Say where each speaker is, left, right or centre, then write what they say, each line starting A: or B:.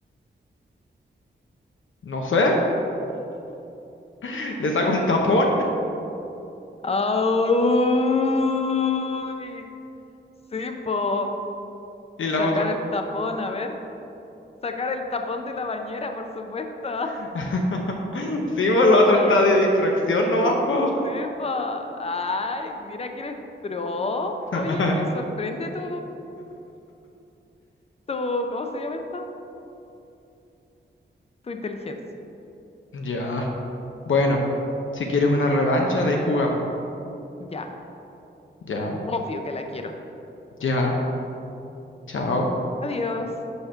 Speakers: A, on the left; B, on the left.
A: No sé, <laughs> les hago el tapón
B: ¡Oh! Sí, po.
A: <laughs> y las
B: Sacar
A: otras.
B: el tapón, a ver. Sacar el tapón de la bañera, por supuesto.
A: <laughs> Sí, pues lo otro
B: <laughs>
A: está de distracción nomás, po.
B: Sí, pa. Ay, mira que eres pro. Oye,
A: <laughs>
B: me sorprende tu, tu, ¿cómo se llama esto? Tu inteligencia.
A: Ya. Bueno, si quieres una revancha, de ahí jugamos.
B: Ya,
A: Ya,
B: obvio que la quiero.
A: ya. Chao.
B: Adiós.